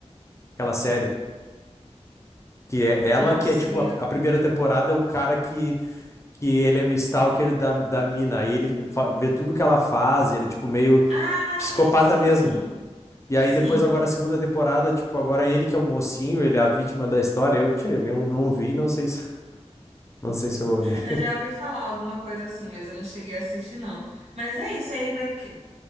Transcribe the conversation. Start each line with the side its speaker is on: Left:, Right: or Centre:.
Left: aquela série. Que é ela
Right: Não
Left: que
Right: sei.
Left: é tipo a, a primeira temporada é o cara que, que ele é meio stalker da, da mina. Aí ele fa- vê tudo que ela faz, ele é tipo meio
Right: Ah,
Left: psicopata
Right: sim, sim,
Left: mesmo.
Right: sim.
Left: E aí
Right: Sim.
Left: depois agora a segunda temporada, tipo, agora é ele que é o mocinho, ele é a vítima da história. Eu, tchê, eu não, não vi, não sei se, <laughs> não sei se eu vou ver.
Right: Eu já ouvi falar alguma coisa assim, mas eu não cheguei a assistir, não. Mas é isso, aí vai que.